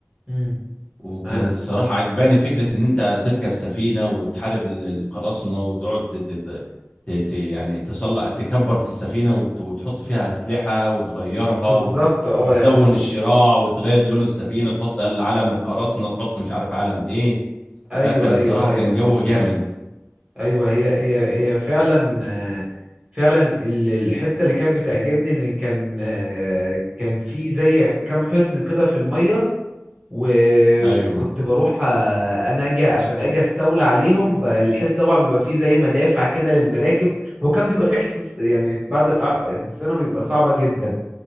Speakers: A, on the right; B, on the left.
A: امم
B: وكانت
A: انا
B: الصراحه عجباني فكره ان انت تركب سفينه وتحارب ال- القراصنه وتقعد ت- ت- ت- ت- ت- يعني تصلع تكبر في السفينه وت- وتحط فيها اسلحه وتغيرها
A: بالظبط
B: وت...
A: اه
B: وتلون
A: يعني
B: الشراع وتغير لون السفينه تحط علم القراصنه تحط مش عارف علم ايه
A: ايوه
B: لا كان الصراحه
A: ايوه ايوه
B: كان جو جامد
A: ايوه هي هي هي فعلا آه، فعلا ال- الحته اللي كانت بتعجبني ان كان آه، كان في زي كام حصن كده في الميه و-
B: ايوه
A: وكنت بروح آه، انا اجي عشان اجي استولى عليهم ب- الحصن طبعا بيبقى فيه زي مدافع كده للمراكب هو كان بيبقى فيه حصص يعني بعض الأ- الحصانه بيبقى صعبه جدا